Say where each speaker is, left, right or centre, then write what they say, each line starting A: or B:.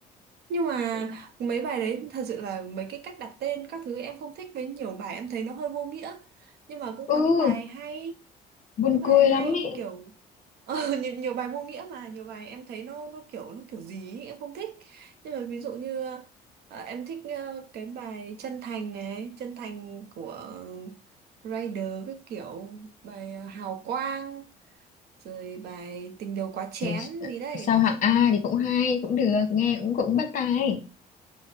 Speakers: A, on the right; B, on the left.
A: Nhưng mà mấy bài đấy thật sự là mấy cái cách đặt tên các thứ em không thích với nhiều bài em thấy nó hơi vô nghĩa. Nhưng mà cũng
B: ừ,
A: có những bài hay,
B: buồn
A: những bài
B: cười
A: hay
B: lắm ấy.
A: như kiểu ờ, <laughs> nhiều, nhiều bài vô nghĩa mà nhiều bài em thấy nó nó kiểu nó kiểu gì ấy, em không thích. Nhưng mà ví dụ như ờ, em thích ờ, cái bài chân thành này, chân thành của Rider cái kiểu bài ờ, hào quang rồi bài tình đầu quá chén
B: Ê,
A: gì đấy
B: sao
A: nói
B: hạng
A: chung
B: A thì cũng hay cũng được nghe cũng cũng bắt tai